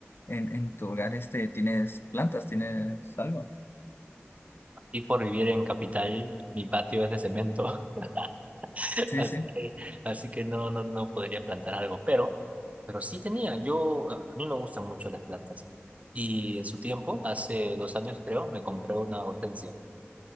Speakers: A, on the left; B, on the right.
A: en, en tu hogar, este, ¿tienes plantas? ¿Tienes algo?
B: Y por vivir en capital, mi patio es de cemento, <laughs>
A: Sí,
B: así
A: sí,
B: que, así que no, no, no podría plantar algo, pero, pero sí tenía, yo, a a mí me gustan mucho las plantas, y en su tiempo, hace dos años creo, me compré una hortensia,